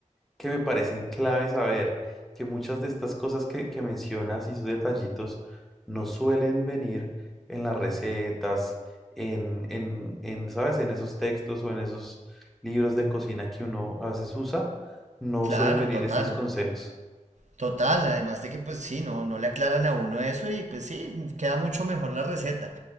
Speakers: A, in the centre; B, on the right.
A: que me parecen clave saber que muchas de estas cosas que, que mencionas y esos detallitos no suelen venir en las recetas, en, en, en, ¿sabes? En esos textos o en esos libros de cocina que uno a veces usa, no
B: Claro,
A: suelen venir
B: total.
A: estos consejos.
B: Total, además de que pues sí, no, no le aclaran a uno eso y pues sí, queda mucho mejor la receta.